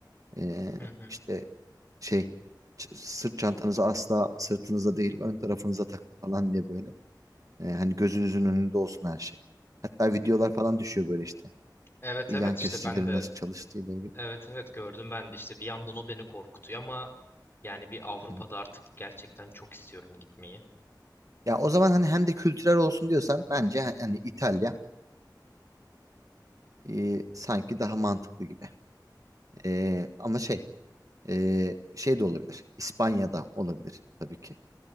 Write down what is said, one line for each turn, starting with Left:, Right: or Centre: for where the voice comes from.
Right: E,
Left: Hı hı.
Right: işte şey ç- sırt çantanızı asla sırtınıza değil ön tarafınıza takın falan diye böyle. E, hani gözünüzün önünde olsun her şey. Hatta videolar falan düşüyor böyle işte.
Left: Evet
Right: Yan
Left: evet
Right: kesicilerin
Left: işte ben de
Right: nasıl çalıştığı ile ilgili.
Left: evet evet gördüm ben de işte bir yandan o beni korkutuyor ama yani bir Avrupa'da
Right: Hı hı.
Left: artık gerçekten çok istiyorum gitmeyi.
Right: Ya o zaman hani hem de kültürel olsun diyorsan bence hani İtalya e, sanki daha mantıklı gibi. E, ama şey e, şey de olabilir. İspanya'da olabilir tabii ki.